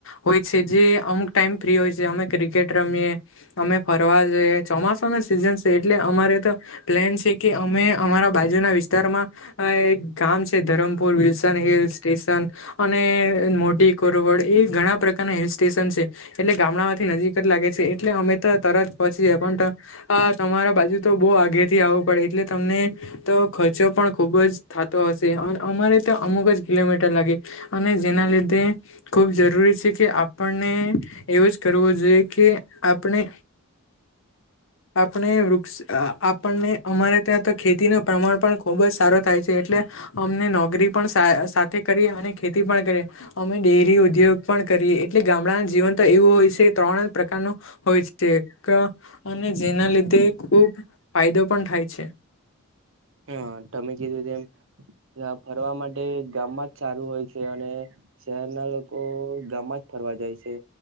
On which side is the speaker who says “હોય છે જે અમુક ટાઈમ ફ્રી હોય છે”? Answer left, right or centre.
Left